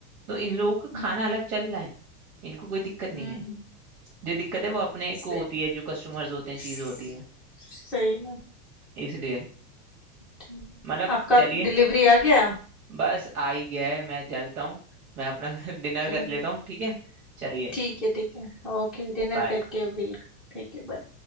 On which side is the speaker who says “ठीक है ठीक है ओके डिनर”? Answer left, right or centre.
Centre